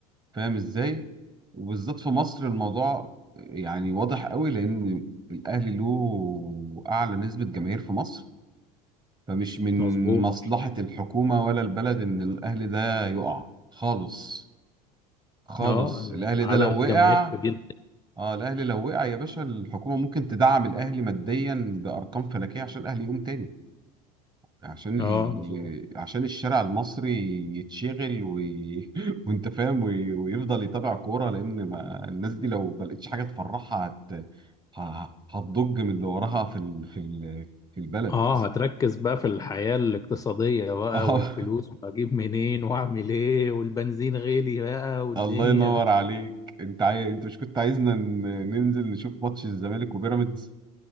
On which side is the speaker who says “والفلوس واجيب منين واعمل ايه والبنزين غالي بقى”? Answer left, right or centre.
Left